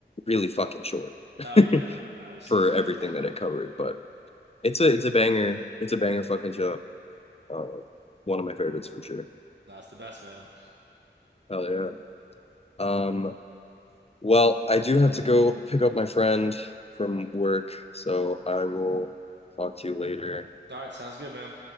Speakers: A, on the left (about 35°); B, on the right (about 70°).
A: really fucking short
B: Oh
A: <laughs>
B: yeah, no, it was so
A: for
B: good.
A: everything that it covered, but it's a it's a banger. It's a banger fucking show. Uh, one of my favorites for sure.
B: <laughs> That's the best, man.
A: Hell yeah. Um, Well, I do have to go pick up my friend from work, so I will talk to you later.
B: All right, sounds good, man.